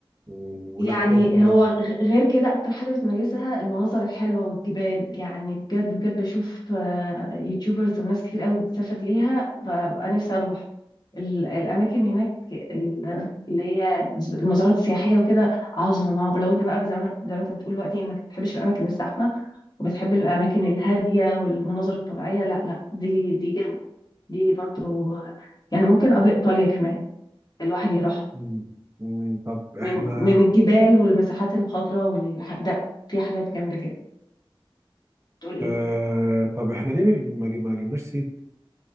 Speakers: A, on the right; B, on the left.
A: ولا
B: يعني
A: بجد مرعبه
B: هو غ- غير كده اكتر حاجة بتميزها المناظر الحلوة والجبال يعني بجد بجد بشوف آه، يوتيوبرز وناس كتير قوي بتسافر ليها ببقى نفسي اروح ال- الاماكن هناك ال- اللي هي المزارات السياحية وكده عظمة ولو انت بقى زي ما زي ما انت بتقول دلوقتي انك ما بتحبش الاماكن الزحمة وبتحب الاماكن الهادية والمناظر الطبيعية لا لا دي دي جامدة دي برضو يعني ممكن قبل ايطاليا كمان الواحد يروح
A: مم. مم. طب احنا
B: من من الجبال والمساحات الخضراء والح... ده في حاجات جامدة جدا تقول ايه
A: آه طب احنا ليه ما جب- ما جب- ما جبناش سيره